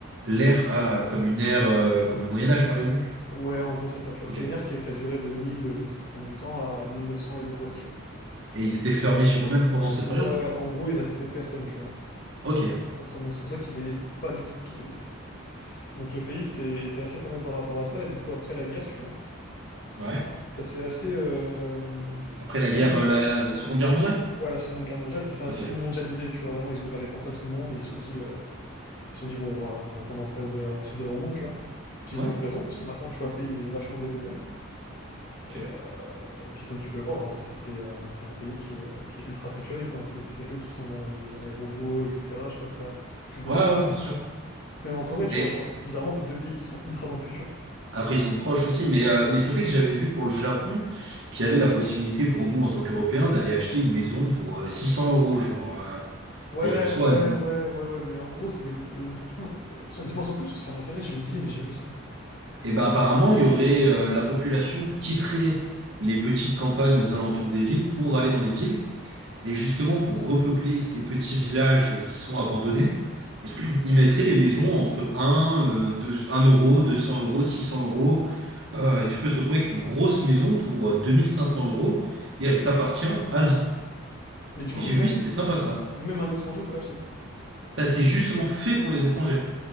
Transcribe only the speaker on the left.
Ouais, en gros, c'est ça, tu vois.
C'est
une ère qui, qui a duré de 1000, je ne sais plus combien de temps, à 1900 et des brouettes, tu vois.
Ouais,
en gros, ils acceptaient personne, tu vois.
Personne. Donc, c'est pour ça qu'ils voyaient pas du tout de touristes. Donc, le pays c'est- était assez fermé par rapport à ça. Et du coup, après la guerre, tu vois,
ça c'est assez. euh,
Vraiment.
Ouais, la Seconde Guerre mondiale, ça s'est assez
mondialisé, tu vois. Vraiment, ils ont ouvert les portes à tout le monde et ils se sont dit, euh, ils se sont dit bon, on va, on va commencer à ouvrir, à s'ouvrir au monde, tu vois. Puis
ils ont eu raison parce que maintenant, tu vois, le pays est vachement développé.
Et, euh, et puis, comme tu peux le voir, bon, c'est c'est, euh, c'est un pays qui est, euh, qui est ultra futuriste. hein. C'est c'est eux qui sont dans le- dans les robots, etc. Je sais pas si t'as- tu vois
un petit
peu.
Même en Corée, tu
vois, genre, bizarrement, c'est deux pays qui sont ultra dans le futur.
Ouais,
ouais,
ouais, ouais, ouais, mais en gros, c'est des... euh, putain, euh, tiens, dis-moi en plus, parce que ça m'intéresse, j'ai oublié, mais j'ai vu ça.
Mais du
coup,
même,
même un étranger peut l'acheter.